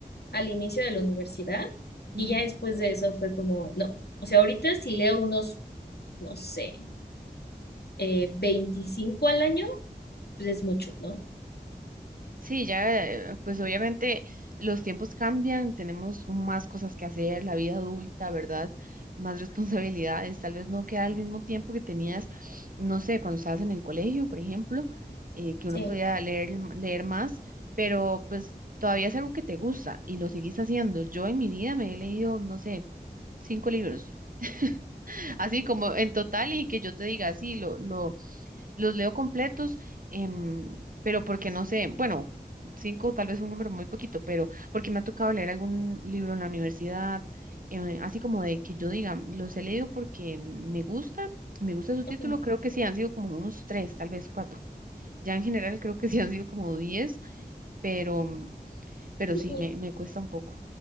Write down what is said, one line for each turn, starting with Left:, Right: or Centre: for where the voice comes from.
Left: al inicio de la universidad,
Right: ujú.
Left: y ya después de eso fue como, no, o sea, ahorita si leo unos, no sé, eh, 25 al año, pues es mucho, ¿no?
Right: Sí, ya, eh, pues obviamente los tiempos cambian, tenemos más cosas que hacer, la vida adulta, ¿verdad? Más responsabilidades, tal vez no queda al mismo tiempo que tenías, no sé, cuando estabas en el colegio, por ejemplo, eh, que
Left: Sí.
Right: uno podía leer, m- leer más, pero pues todavía es algo que te gusta y lo seguís haciendo. Yo en mi vida me he leído, no sé, cinco libros, <laughs> así como en total y que yo te diga, sí, lo, lo Los leo completos, em, pero porque no sé, bueno, cinco tal vez un número muy poquito, pero porque me ha tocado leer algún libro en la universidad, em, así como de que yo diga, los he leído porque me gusta, me gusta su título,
Left: Ujú.
Right: creo que sí han sido como unos tres, tal vez cuatro. Ya en general creo que sí han sido como diez, pero, pero
Left: Sí.
Right: sí, me, me cuesta un poco.